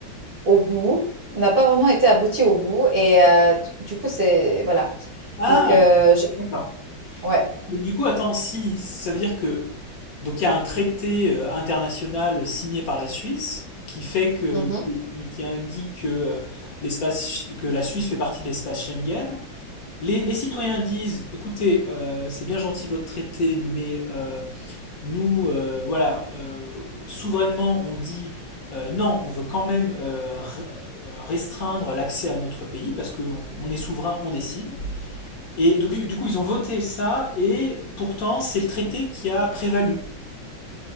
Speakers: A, on the right; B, on the left.
A: au bout, n'a pas vraiment été aboutie au bout et heu, du du coup, c'est voilà.
B: Ah,
A: Donc heu, je
B: d'accord.
A: ouais.
B: Donc, Du coup, attends, si ça veut dire que Donc il y a un traité euh, international signé par la Suisse qui fait que
A: Mmh
B: qui, qui- qui indique que euh, l'espace que la Suisse fait partie de l'espace Schengen. Les, les citoyens disent, écoutez, euh, c'est bien gentil votre traité, mais euh, nous, euh, voilà, euh, souverainement, on dit euh, non, on veut quand même euh, re- euh, restreindre l'accès à notre pays parce qu'on on est souverain, on décide. Et donc, du coup, ils ont voté ça, et pourtant, c'est le traité qui a prévalu.